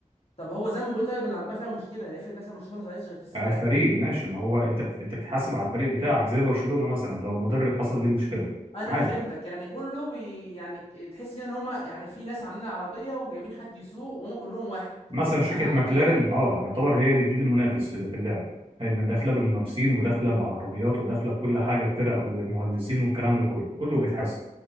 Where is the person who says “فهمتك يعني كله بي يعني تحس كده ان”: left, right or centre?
Left